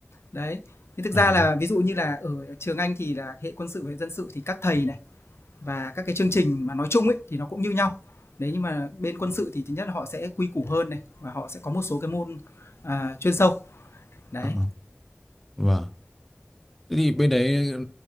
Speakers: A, on the left (about 75°); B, in the centre.
A: Đấy, thì thực ra
B: à
A: là ví dụ như là ở trường Anh thì là hệ quân sự và hệ dân sự thì các thầy này và các cái chương trình mà nói chung ấy thì nó cũng như nhau. Đấy, nhưng mà bên quân sự thì thứ nhất là họ sẽ quy củ hơn này và họ sẽ có một số cái môn, à, chuyên sâu. Đấy.
B: ờ, ờ, vâng thế thì bên đấy ừ,